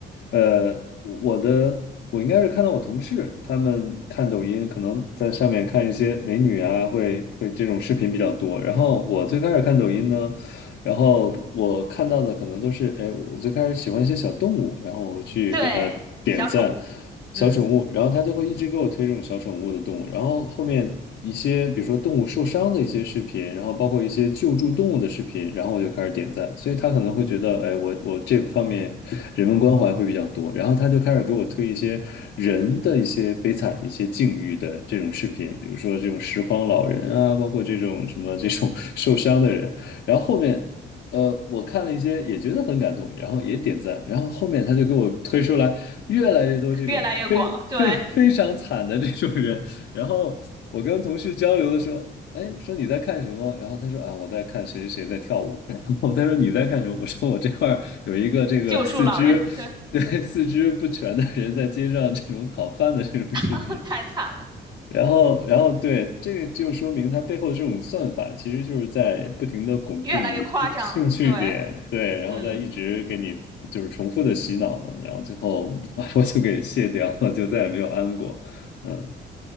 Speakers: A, on the left (about 65°); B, on the right (about 25°).
A: 呃，我的我应该是看到我同事他们看抖音，可能在上面看一些美女啊，会会这种视频比较多。然后我最开始看抖音呢，然后我看到的可能都是，哎，我最开始喜欢一些小动物，然后我去给它点赞，
B: 对，小宠物，
A: 小宠物，
B: 嗯，
A: 然后它就会一直给我推这种小宠物的动物，然后后面一些比如说动物受伤的一些视频，然后包括一些救助动物的视频，然后我就开始点赞，所以他可能会觉得，哎，我我这方面人文关怀会比较多，然后他就开始给我推一些人的一些悲惨的一些境遇的这种视频，比如说这种拾荒老人啊，包括这种什么这种 <laughs> 受伤的人。然后后面呃，我看了一些，也觉得很感动，然后也点赞，然后后面他就给我推出来越来越多这种非非非常惨的这种人，
B: 越来越广，对，
A: 然后我跟同事交流的时候，哎，说你在看什么？然后他说啊，我在看谁谁谁在跳舞，<laughs> 然后他说你在看什么？我说我这块儿有一个这个四肢对四肢不全的人在街上这种讨饭的这种视频，
B: 救助老人，对，<laughs> 太惨了，
A: 然后，然后对，这个就说明它背后的这种算法，其实就是在不停的巩固你的兴兴趣点，
B: 越来越夸张，对，
A: 对，然后再一直给你就是重复的洗脑嘛，
B: 嗯。
A: 然后最后 <laughs> 我就给卸掉了，就再也没有安过，嗯